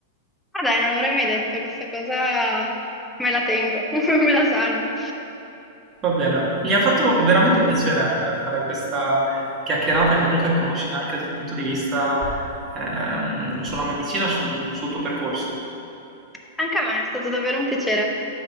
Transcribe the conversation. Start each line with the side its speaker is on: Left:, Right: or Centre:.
Centre: Ah dai, non l'avrei mai detto, questa cosa me la tengo, <laughs> me la salvo.
Right: Va bene, mi ha fatto veramente piacere fare questa chiacchierata e comunque conoscere anche il tuo punto di vista ehm, sulla medicina, sul, sul tuo percorso.
Centre: Anche a me è stato davvero un piacere.